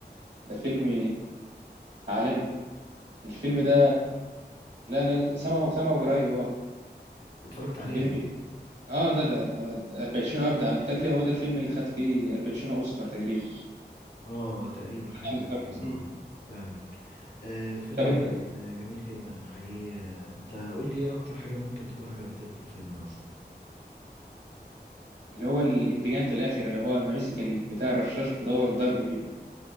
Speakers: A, on the right (about 80°); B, on the left (about 60°).
A: ده فيلم عالمي الفيلم ده لا انا سامعه سامعه قريب اه
B: اتفرجت عليه
A: فيلم
B: أنت
A: اه ده ده ده- الباتشينو ابدع بتجلي هو ده الفيلم اللي خد فيه الباتشينو اوسكار تقريبا
B: اه تقريبا حاجة
A: يعني
B: زي
A: سكارفيس
B: كده
A: مم.
B: اه فعلا آه، فيلم
A: طب انت
B: آه، جميل جدا حقيقي آه، انت قول لي ايه اكتر حاجة ممكن تكون عجبتك في الفيلم مثلا
A: اللي هو الانتقام في الاخر اللي هو ما مسك ال- بتاع الرشاش ودور الضرب فيه